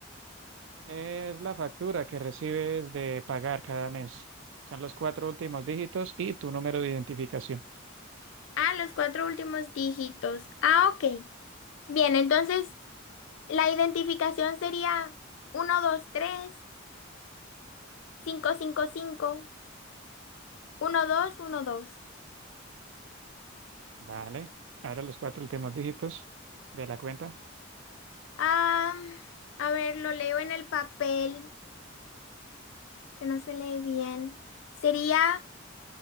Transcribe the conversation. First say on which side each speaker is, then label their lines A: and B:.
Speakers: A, on the right; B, on the left.
A: Es la factura que recibes de pagar cada mes. Son los cuatro últimos dígitos y tu número de identificación.
B: Ah, los cuatro últimos dígitos. Ah, ok. Bien, entonces La identificación sería uno dos tres cinco cinco cinco uno dos uno dos
A: Vale. Ahora los cuatro últimos dígitos de la cuenta.
B: Ah, a ver, lo leo en el papel, que no se lee bien. Sería